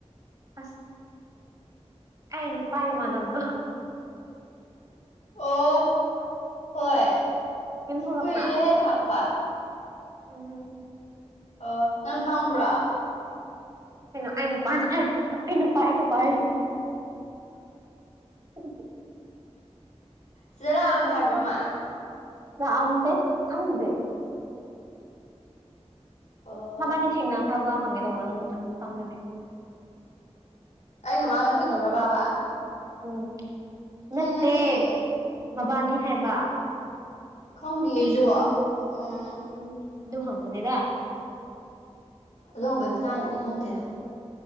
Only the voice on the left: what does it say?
ꯑꯣ ꯍꯣꯏ
ꯀꯨꯏꯔꯦ ꯍꯦ ꯂꯥꯛꯄ
ꯑꯣ ꯅꯪ ꯈꯪꯕ꯭ꯔꯣ
ꯁꯤꯗ ꯂꯥꯛꯑꯝꯃꯦ ꯍꯥꯏꯕ꯭ꯔꯥ ꯃꯥ
ꯑꯣ
ꯑꯩꯒ ꯃꯥꯒ ꯊꯦꯡꯅꯈ꯭ꯔ ꯕꯥ
ꯊꯦꯡꯅꯗꯤꯌꯦ
ꯈꯪꯗꯦ ꯑꯩꯁꯨ ꯎꯝ
ꯑꯗꯨꯒꯨꯝꯕꯩ ꯃꯇꯥꯡꯗꯗꯤ ꯈꯪꯗꯦꯗ